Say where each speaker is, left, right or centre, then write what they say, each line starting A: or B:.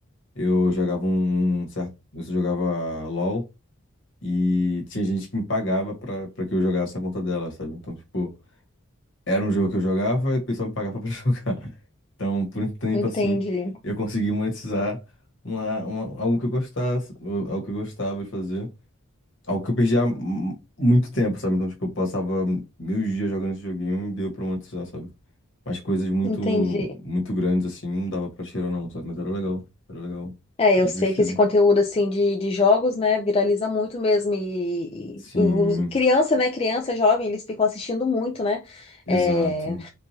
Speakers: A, on the left; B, on the left.
A: Eu jogava um, um um certo. Eu jogava LOL e tinha gente que me pagava pra, pra que eu jogasse na conta dela, sabe? Então, tipo, era um jogo que eu jogava e o pessoal me pagava <laughs> pra jogar. Então, por um tempo
B: Entendi,
A: assim, eu consegui monetizar uma, uma- algo que eu gostasse, ou algo que eu gostava de fazer, algo que eu perdi há mu- muito tempo, sabe? Então, tipo, eu passava mil dias jogando esse joguinho e deu pra monetizar, sabe? Mas coisas muito,
B: entendi.
A: muito grandes assim, não dava pra cheirar não, sabe? Mas era legal, era legal,
B: É, eu
A: divertido.
B: sei que esse conteúdo, assim, de, de jogos, né, viraliza muito mesmo. E,
A: Sim,
B: e- e criança, né, criança, jovem, eles ficam assistindo muito, né?
A: exato.
B: É,